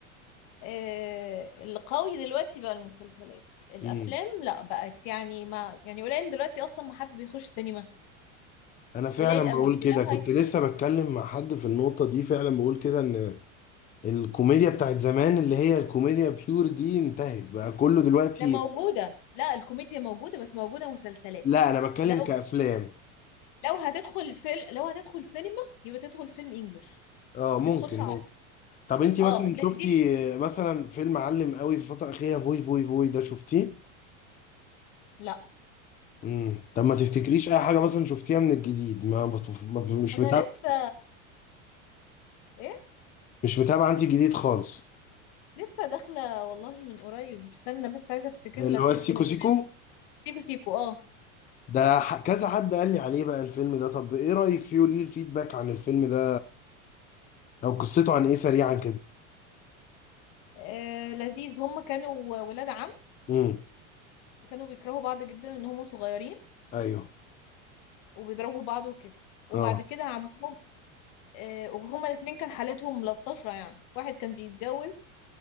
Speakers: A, on the left; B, on the left.
A: آه، القوي دلوقتي بقى المسلسلات الأفلام
B: امم
A: لا بقت يعني ما يعني قليل دلوقتي أصلا ما حد بيخش سينما
B: انا فعلا
A: قليل قوي
B: بقول
A: ولو
B: كده كنت
A: هي
B: لسه بتكلم مع حد في النقطة دي فعلا بقول كده ان الكوميديا بتاعت زمان اللي هي الكوميديا بيور دي انتهت بقى كله دلوقتي
A: لا موجودة لا الكوميديا موجودة بس موجودة مسلسلات
B: لا انا بتكلم
A: لو
B: كأفلام
A: لو هتدخل فيلم لو هتدخل سينما يبقى تدخل فيلم إنجليش
B: اه
A: ما
B: ممكن
A: تدخلش عربي
B: ممكن طب انتي
A: اه
B: مثلا
A: ده-
B: شفتي
A: دي
B: مثلا فيلم علم قوي في الفترة الأخيرة فوي فوي فوي ده شفتيه
A: لا
B: امم طب ما تفتكريش اي حاجه مثلا شفتيها من الجديد ما, بت... ما ب- مش
A: أنا
B: متابع
A: لسه إيه
B: مش متابع انت جديد خالص
A: لسه داخلة والله من قريب استنى بس عايزة أفتكر
B: اللي
A: لك
B: هو السيكو
A: اسم الفيلم
B: سيكو
A: سيكو سيكو اه
B: ده ح... كذا حد قال لي عليه بقى الفيلم ده طب ايه رايك فيه وليه الفيدباك عن الفيلم ده او قصته عن ايه سريعا كده
A: آه، لذيذ هم كانوا ولاد عم
B: امم
A: وكانوا بيكرهوا بعض جدا ان هم صغيرين
B: ايوه
A: وبيضربوا بعض وكده وبعد
B: اه
A: كده عمهم آه، وهما الاتنين كان حالتهم ملطشة يعني واحد كان بيتجوز